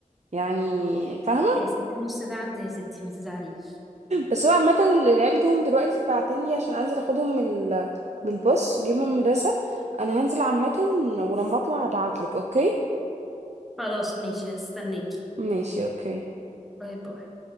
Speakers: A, on the right; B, in the centre.
A: يعني فاهمه
B: يا ستي النص ده عندي يا ستي ما تزعليش
A: بس هو عامه العيال جم دلوقتي بعتني عشان انزل اخدهم من ال- من الباص جيبهم من المدرسه انا هنزل عامه ولما اطلع ابعتلك اوكي
B: خلاص ماشي هستناكي
A: ماشي اوكي
B: باي باي